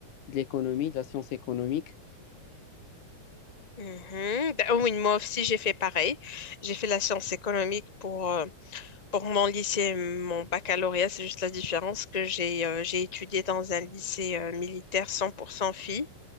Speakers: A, on the left; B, on the left.
A: de l'économie, de la science économique.
B: mhm. Ben, oui, moi aussi j'ai fait pareil. J'ai fait la science économique pour euh, pour mon lycée, et mon baccalauréat. C'est juste la différence que j'ai euh, j'ai étudié dans un lycée euh, militaire 100% filles.